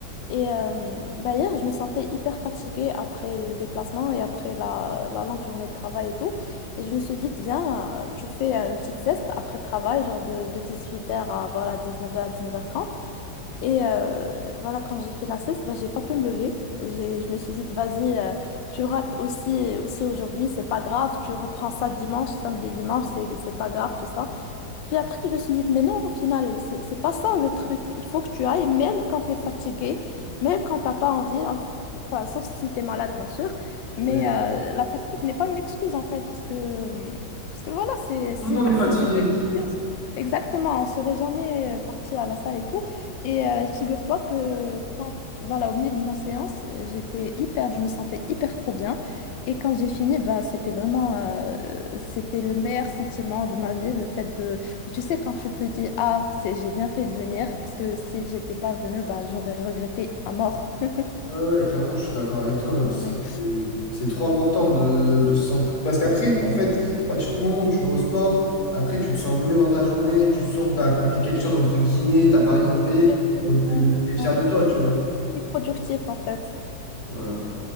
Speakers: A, on the left; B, on the left.
A: Et euh, bah, hier, je me sentais hyper fatiguée après le déplacement et après la, la longue journée de travail et tout. Et je me suis dit, viens, euh, tu fais euh, une petite sieste après le travail, genre de, de dix huit heures à voilà, dix neuf heures dix neuf heures trente et euh, voilà, quand j'ai fait la sieste, bah, j'ai pas pu me lever. J'ai, je me suis dit, vas-y, euh, tu rates aussi, aussi aujourd'hui, c'est pas grave, tu reprends ça dimanche, samedi et dimanche, c'est, c'est pas grave, tout ça. Puis après, je me suis dit, mais non, au final, c'est c'est pas ça le truc. Il faut que tu ailles, même quand tu es fatigué, même quand t'as pas envie, enfin, sauf si tu es malade, bien sûr. Mais
B: Oui.
A: euh, la fatigue n'est pas une excuse, en fait, parce que, parce que voilà, c'est, si,
B: Tout le monde est
A: si
B: fatigué.
A: c'était une excuse, exactement, on serait jamais euh, parti à la salle et tout. Et euh, figure-toi que quand, voilà, au milieu de ma séance, euh, j'étais hyper, je me sentais hyper trop bien. Et quand j'ai fini, bah, c'était vraiment, euh, c'était le meilleur sentiment de ma vie, le fait de tu sais, quand tu te dis, ah, c'est, j'ai bien fait de venir, parce que si j'étais pas venue, bah, j'aurais regretté à mort. <laughs>
B: Ouais, ouais, clairement, je suis d'accord avec toi.
A: Ouais.
B: C'est c'est trop important de, de se sentir. Parce qu'après, en fait, à partir du moment où tu vas au sport, après, tu te sens mieux dans ta journée, tu sens que tu as accompli quelque chose, entre guillemets, t'as pas rien fait.
A: Ouais,
B: Donc, tu
A: euh,
B: es fier
A: ouais.
B: de toi, tu vois.
A: C'est productif en fait.
B: Voilà.